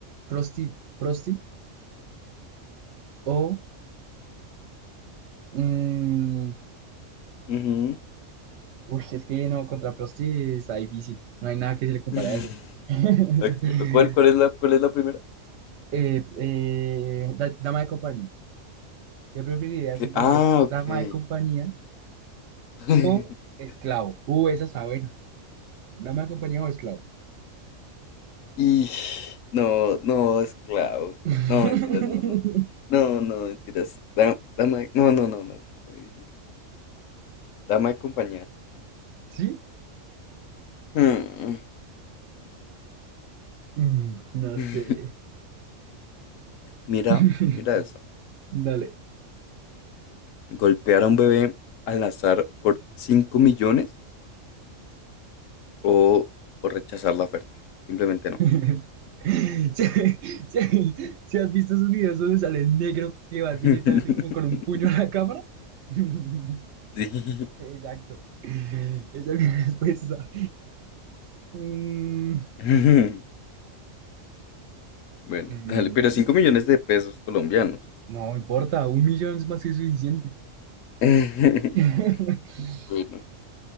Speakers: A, on the right; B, on the left.
A: prosti, prosti o... mm,
B: Ujú.
A: ush, es que no, contra prosti está difícil, no hay nada que se le compare
B: <laughs>
A: a eso. <laughs>
B: Ok, ¿Cuál, cuál es la, cuál es la primera?
A: Eh, eh, da- dama de compañía. ¿Qué preferirías
B: Que-
A: entre
B: Ah,
A: ser
B: ok.
A: dama de compañía
B: <laughs>
A: o esclavo? Uh, esa está buena. ¿Dama de compañía o esclavo?
B: Y no, no, esclavo.
A: <laughs>
B: No, mentiras, no, no. No, no, mentiras. Da- Dama, de- no, no, no, no, eso está muy difícil. Dama de compañía.
A: ¿Sí?
B: Hmm.
A: Mm, no
B: <laughs>
A: sé.
B: Mira,
A: <laughs>
B: mira eso.
A: Dale.
B: Golpear a un bebé al azar por 5 millones o, o rechazar la oferta. Simplemente no.
A: <laughs> Si, si- si has visto esos videos donde sale el negro que va
B: <laughs>
A: directamente como con un puño a la cámara. <laughs>
B: Sí.
A: Exacto. Esa es mi <laughs> respuesta. Mm,
B: <laughs> Bueno,
A: mm,
B: <laughs> dale, pero 5 millones de pesos colombianos.
A: no importa, un millón es más que suficiente.
B: <laughs>
A: <laughs>
B: Bueno,